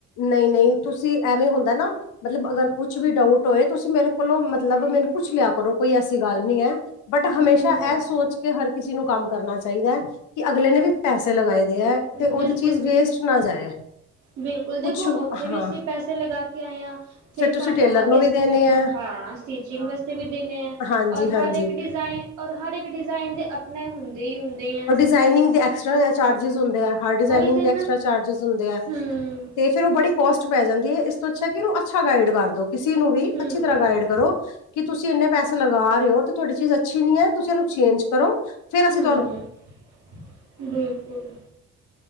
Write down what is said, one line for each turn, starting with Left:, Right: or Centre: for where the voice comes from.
Left: ਨ‌ਈਂ-ਨ‌ਈਂ ਤੁਸੀਂ ਐਵੇਂ ਹੁੰਦਾ ਨਾ ਮਤਲਬ ਅਗਰ ਕੁਛ ਵੀ ਡਾਊਟ ਹੋਏ ਤੁਸੀ ਮੇਰੇ ਕੋਲੋਂ ਮਤਲਬ ਮੈਨੂੰ ਪੁੱਛ ਲਿਆ ਕਰੋ ਕੋਈ ਐਸੀ ਗੱਲ ਨਈ ਐ। ਬਟ ਹਮੇਸ਼ਾ
Right: ਹੂੰ-ਹੂੰ,
Left: ਅਹ ਸੋਚ ਕੇ ਹਰ ਕਿਸੇ ਨੂੰ ਕੰਮ ਕਰਨਾ ਚਾਈਦਾ ਐ, ਕਿ ਅਗਲੇ ਨੇ ਵੀ ਪੈਸੇ ਲਗਾਏ ਦੇ ਐ ਤੇ ਉਹਦੀ
Right: ਬਿਲਕੁਲ।
Left: ਚੀਜ਼ ਵੇਸਟ ਨਾ ਜਾਏ।
Right: ਬਿਲਕੁਲ, ਦੇਖੋ
Left: ਕੁਛ
Right: ਉੱਥੇ
Left: ਹਾਂ
Right: ਵੀ ਅਸੀਂ ਪੈਸੇ ਲਗਾ ਕੇ ਆਏ ਹਾਂ ਫਿਰ
Left: ਤੁਸੀਂ
Right: ਸਾਨੂੰ
Left: ਟੇਲਰ
Right: ਅੱਗੇ
Left: ਨੂੰ ਵੀ ਦੇਣੇ ਆ
Right: ਹਾਂ, ਸਟਿਚਿੰਗ ਵਾਸਤੇ ਵੀ ਦੇਣੇ ਐ,
Left: ਹਾਂਜੀ
Right: ਔਰ
Left: ਹਾਂਜੀ
Right: ਹਰ ਇੱਕ ਡਿਜ਼ਾਇਨ ਔਰ ਹਰ ਇੱਕ ਡਿਜ਼ਾਇਨ ਦੇ ਆਪਣੇ ਹੁੰਦੇਂ-ਹੁੰਦੇਂ ਐ।
Left: ਡਿਜ਼ਾਈਨਿੰਗ ਦੇ ਐਕਸਰਾ ਚਾਰਜਿਜ ਹੁੰਦੇ ਆ ਹਰ ਡਿਜ਼ਾਇਨਿੰਗ
Right: ਉਹੀ ਤੇ
Left: ਦੇ
Right: ਨਾ
Left: ਐਕਸਟਰਾ ਚਾਰਜਿਜ ਹੁੰਦੇ ਆ
Right: ਹੂੰ,
Left: ਤੇ ਫੇਰ ਓ ਬੜੀ ਕੋਸਟ ਪੈ ਜਾਂਦੀ ਐ ਇਸ ਤੋਂ ਅੱਛਾ ਕਿ ਉਨੂੰ ਅੱਛਾ ਗਾਈਡ ਕਰ ਦੋ ਕਿਸੀ ਨੂੰ ਵੀ
Right: ਹੂੰ,
Left: ਅੱਛੀ ਤਰ੍ਹਾਂ ਗਾਈਡ ਕਰੋ ਕਿ ਤੁਸੀਂ ਇੰਨੇ ਪੈਸੇ ਲਗਾ ਰੇ ਓ ਤੇ ਤੁਆਡੀ ਚੀਜ਼ ਅੱਛੀ ਨੀ ਹੈ ਤੁਸੀਂ ਐਨੂੰ ਚੇਂਜ ਕਰੋ ਫੇਰ ਅਸੀ
Right: ਹੂੰ ਬਿਲਕੁਲ।